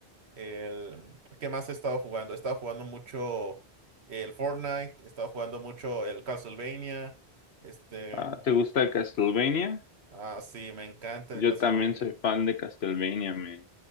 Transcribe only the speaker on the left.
Ah, ¿te gusta el Castlevania?
Yo
también soy fan de Castlevania, man.